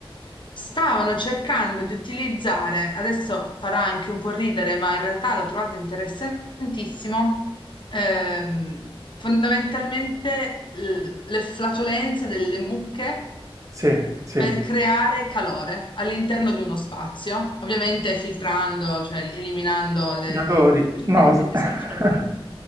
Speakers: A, on the left (about 55°); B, on the right (about 35°).
A: stavano cercando di utilizzare, adesso farà anche un po' ridere, ma in realtà l'ho trovata interessantissimo, ehm, fondamentalmente l- le flatulenze delle mucche
B: Sì, sì.
A: per creare calore all'interno di uno spazio, ovviamente filtrando, cioè eliminando le-
B: Li adori.
A: tutti
B: No,
A: gli effetti
B: s- <laughs>
A: spiacevoli.